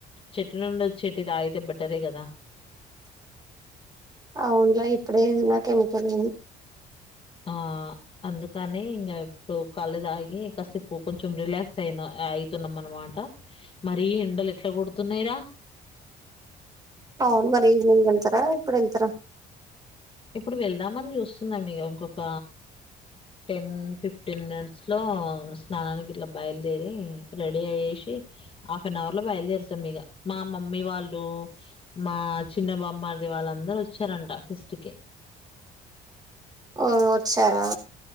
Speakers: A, on the left (about 35°); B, on the right (about 20°).
A: చెట్టు నుండి వచ్చేది తాగితే బెటరే కదా
B: అవును లే ఇప్పుడే ఎన్నో కెమికల్
A: ఆ అందుకని ఇంకా ఇప్పుడు కళ్ళు తాగి కాసేపు కొంచెం రిలాక్స్ అయినా తున్నాం అనమాట మరి ఎండలు ఎట్లా కొడుతున్నాయిరా
B: అవును మరి ఈవెనింగ్ ఎల్తారా ఇప్పుడు ఎల్తారా
A: ఇప్పుడు వెళ్దామని చూస్తున్నాం మీక ఇంకొక టెన్ ఫిఫ్టీన్ మినిట్స్ లో స్నానానికి ఇట్లా బయలుదేరి రెడీ అయేసి హాఫ్ అన్ అవర్ లో బయలుదేరుతాం ఇక మా మమ్మీ వాళ్ళు మా చిన్న బామ్మర్ది వాళ్ళందరు వచ్చారంట పెస్ట్ కి
B: అ వచ్చారా